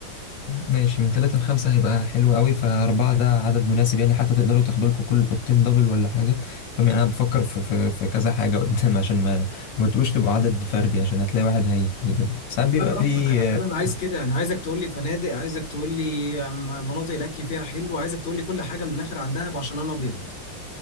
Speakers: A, on the left; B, on the left.
A: ماشي من ثلاثة لخمسة هيبقى حلو قوي فأربعة ده عدد مناسب يعني حتى تقدروا تاخدوا لكم كل أوضتين دبل ولا حاجة طب يعني أنا بفكر في, في, في كذا حاجة قدام <laughs> عشان ما ما تبقوش تبقوا عدد فردي عشان هتلاقي واحد هيتبدل ساعات بيبقى
B: لا براحتك
A: فيه
B: أنا فعلا عايز كده أنا عايزك تقول لي فنادق عايزك تقول لي مناطق الأكل فيها حلو عايزك تقول لي كل حاجة من الآخر عندها عشان أنا أبيض